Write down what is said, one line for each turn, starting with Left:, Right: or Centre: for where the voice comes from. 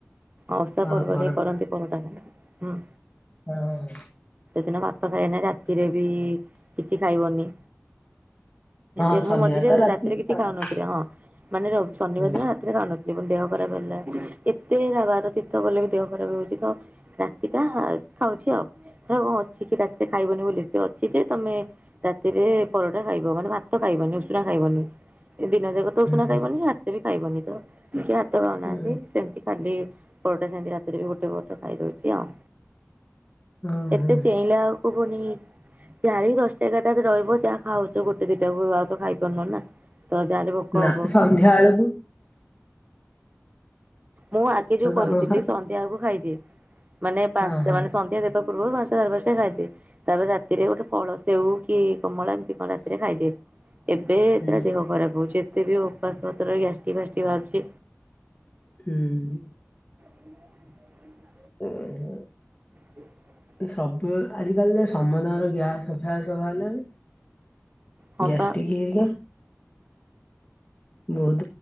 Right: ଅଷା
Left: ହଁ
Right: ପର୍ବରେ
Left: ପରଟା
Right: କରନ୍ତି ପରଟା ଖାନ୍ତି, ହୁଁ।
Left: ହଁ ହ।
Right: ଦିନ ଭାତ ଖାଇନି, ରାତିରେ ବି କିଛି ଖାଇବନି।
Left: ହଁ
Right: ଏ
Left: ଶନିବାର
Right: ମୁଁ ମଝିରେ
Left: ତ ରାତି
Right: ରାତିରେ କିଛି
Left: ଖାଆନ୍ତି।
Right: ଖାଉନଥିଲି, ହଁ, ମାନେ ଶନିବାର
Left: ହୁଁ
Right: ଦିନ ରାତିରେ ଖାଉନଥିଲି ମ ଦେହ ଖରାପ ହେଲା, ଏତେ ବାର ତୀର୍ଥ ଗଲେ ବି ଦେହ ଖରାପ ହଉଛି ତ, ରାତିଟା ଖାଉଛି ଆଉ। କଣ ଅଛି କି ରାତିରେ ଖାଇବନି ବୋଲି, ସେ ଅଛି ଯେ ତମେ ରାତିରେ ପରଟା ଖାଇବ। ମାନେ ତ ଖାଇବନି, ଉଷୁନା ଖାଇବନି, ଏ ଦିନ ଯାକ ତ ଉଷୁନା
Left: ହୁଁ
Right: ଖାଇବନି,
Left: ହୁଁ
Right: ରାତିରେ ଖାଇବନି, ତ ସେ ହାତ ନଉନାହାନ୍ତି,
Left: ହୁଁ
Right: ସେମିତି ଖାଲି। ପରଟା ଖାନ୍ତି, ରାତିରେ ବି ଗୋଟେ ପରଟା ଖାଇଦଉଛି ଆଉ,
Left: ହୁଁ
Right: ଏତେ
Left: ହୁଁ
Right: ଚେଇଁଲେ ଆଉ ଶୁଭୁନି, ଚାରି ଦଶଟା ଏଗାରଟା ରେ ରହିବ ଯାହା ଖାଉଛ ଗୋଟେ ଦିନ ଆଉ ତ ଖାଇ ପାରୁନୁ ନା। ଯାହାହେଲେ ଭୋକ
Left: ନା
Right: ହବ
Left: ସନ୍ଧ୍ୟା ଆଳକୁ
Right: ମୁଁ ଆଗେ ଯୋଉ କରୁଥିଲି,
Left: ଆପଣ ଖାଆନ୍ତି
Right: ସନ୍ଧ୍ୟା ଆକୁ ଖାଇଦିଏ। ମାନେ ପାଞ୍ଚଟା
Left: ହଁ ହଁ
Right: ମାନେ, ସନ୍ଧ୍ୟା ଦେବା ପୂର୍ବରୁ ପାଞ୍ଚଟା ସାଢେ ପାଞ୍ଚଟା ଖାଇଦିଏ, ତାପରେ ରାତିରେ ଗୋଟେ ଫଳ ସେଉ କି କମଳା, ଏମିତି କଣ ରାତିରେ ଖାଇଦିଏ, ଏବେ
Left: ହଁ
Right: ତା
Left: ହୁଁ
Right: ଦେହ ଖରାପ ହଉଛି। ଏତେବି ଉପାସ ମତ ଗ୍ୟାଷ୍ଟଟି ଫ୍ୟାଷ୍ଟଟି ବାହାରୁଛି।
Left: ହୁଁ।
Right: ହୁଁ। <unintelligible>
Left: ହୁ ହ। <unintelligible>
Right: ହୁଁ। <inaudible>
Left: ସବୁ ଆଜିିକାଲି ତ ସମଧର ଗ୍ୟାସ ଫ୍ୟାସ ବାହାରିଲାଣି।
Right: ହଁ
Left: ଗ୍ୟାସଟିକ୍
Right: ପା
Left: ହେଇକା ବୋହୁତ